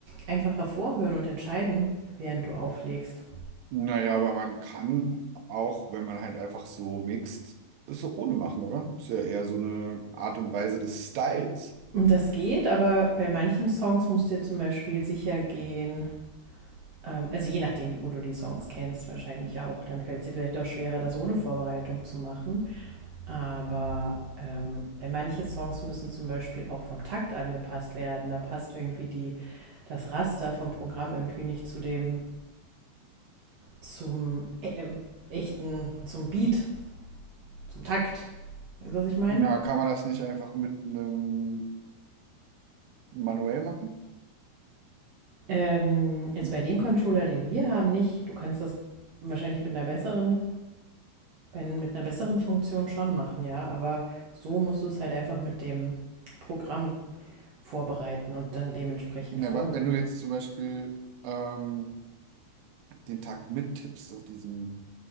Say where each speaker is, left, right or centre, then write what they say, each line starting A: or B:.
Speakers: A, on the right; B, on the right.
A: einfacher vorhören und entscheiden, während du auflegst.
B: Naja, aber man kann auch, wenn man halt einfach so mixt, es so ohne machen, oder? Ist ja eher so eine Art und Weise des Styles.
A: Und Das geht, aber bei manchen Songs musst du dir zum Beispiel sicher gehen, ähm, also je nachdem, wie gut du die Songs kennst, wahrscheinlich auch, dann fällt es dir vielleicht auch schwerer, das ohne Vorbereitung zu machen. Aber ähm, bei manche Songs müssen zum Beispiel auch vom Takt angepasst werden. Da passt irgendwie die, das Raster vom Programm irgendwie nicht zu dem, zum äh, äh, echten, zum Beat, zum Takt. Weißt du, was ich meine?
B: Na, kann man das nicht einfach mit einem manuell machen?
A: Ähm, also
B: Mit,
A: bei dem Controller, den wir haben, nicht. Du kannst das wahrscheinlich mit einer besseren, bei- mit einer besseren Funktion schon machen, ja. Aber so musst du es halt einfach mit dem Programm vorbereiten und dann dementsprechend
B: na,
A: vorhören.
B: aber wenn du jetzt zum Beispiel ähm, den Takt mittippst auf diesen